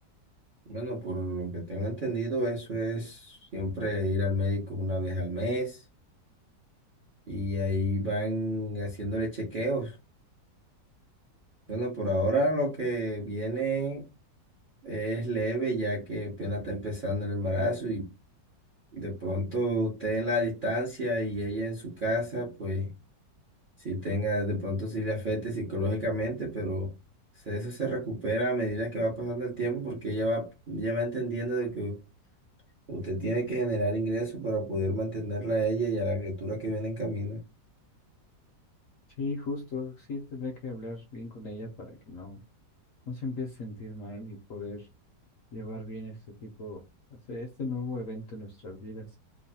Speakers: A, on the right (about 60°); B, on the left (about 70°).
A: Bueno, por lo que tengo entendido, eso es siempre ir al médico una vez al mes y ahí van haciéndole chequeos. Bueno, por ahora lo que viene es leve ya que apenas está empezando el embarazo y de pronto usted en la distancia y ella en su casa, pues... si tenga, de pronto si le afecte psicológicamente, pero se- eso se recupera a medida que va pasando el tiempo porque ella va, ella va entendiendo de que usted tiene que generar ingresos para poder mantenerla a ella y a la criatura que viene en camino.
B: Sí, justo, sí, tendría que hablar bien con ella para que no, no se empiece a sentir mal y poder llevar bien este tipo, o sea, este nuevo evento en nuestras vidas.